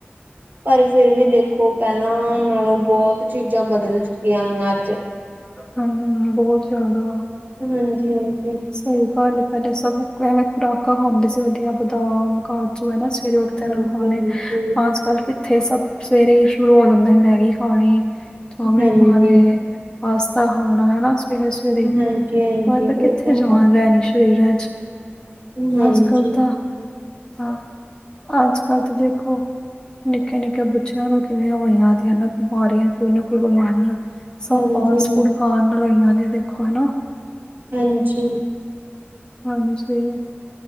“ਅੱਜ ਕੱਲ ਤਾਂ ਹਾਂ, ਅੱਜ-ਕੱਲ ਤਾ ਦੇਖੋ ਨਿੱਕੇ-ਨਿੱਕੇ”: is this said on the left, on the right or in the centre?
Left